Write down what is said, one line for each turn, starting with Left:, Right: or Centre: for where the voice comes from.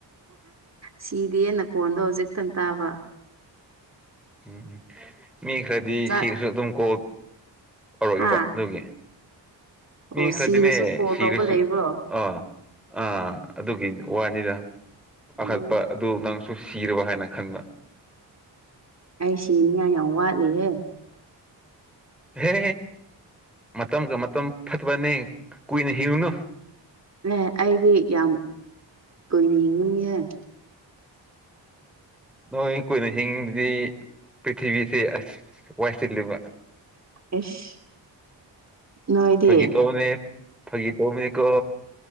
Right: ꯁꯤꯗꯤꯅ ꯐꯣꯟꯗꯣ ꯍꯧꯖꯤꯛꯇꯪ ꯇꯥꯕ
Centre: ꯎꯝ ꯃꯤ ꯈꯔꯗꯤ
Right: ꯆꯥꯛ
Centre: ꯁꯤꯔꯁꯨ ꯑꯗꯨꯝ ꯀꯣ ꯇꯧꯔꯛꯏꯕ
Right: ꯍꯥ
Centre: ꯑꯗꯨꯒꯤ ꯃꯤ
Right: ꯑꯣ
Centre: ꯀ꯭ꯔꯗꯤꯃꯦ
Right: ꯁꯤꯔꯁꯨ ꯀꯣꯜ
Centre: ꯁꯤꯤꯔꯁꯨ
Right: ꯇꯧꯕ ꯂꯩꯕ꯭ꯔꯣ
Centre: ꯑ ꯑꯥ ꯑꯗꯨꯒꯤ ꯋꯥꯅꯤꯅ ꯑꯥꯈꯠꯄ
Right: ꯎꯝ
Centre: ꯑꯗꯨ ꯅꯪ ꯁꯨ ꯁꯤꯔꯕ ꯍꯥꯏꯅ ꯈꯟꯕ
Right: ꯑꯩ ꯁꯤꯅꯤꯉꯥꯏ ꯌꯥꯝ ꯋꯥꯠꯂꯤꯍꯦ
Centre: ꯍꯦ ꯃꯇꯝꯒ ꯃꯇꯝ ꯐꯠꯇꯕꯅꯦ ꯀꯨꯏꯅ ꯍꯤꯡꯉꯨꯅꯨ
Right: ꯑꯦ ꯑꯩꯗꯤ ꯌꯥꯝ ꯀꯨꯏꯅ ꯍꯤꯡꯅꯤꯡꯉꯤꯍꯦ
Centre: ꯅꯣꯏ ꯀꯨꯏꯅ ꯍꯤꯡꯗꯨꯗꯤ ꯄ꯭ꯔꯤꯊꯤꯕꯤꯁꯤꯦ ꯑꯁ ꯋꯥꯏꯁꯤꯂꯕ
Right: ꯑꯦꯁ ꯅꯣꯏꯗꯤ
Centre: ꯐꯒꯤ ꯇꯣꯅꯤ ꯐꯒꯤ ꯇꯣꯅꯤ ꯀ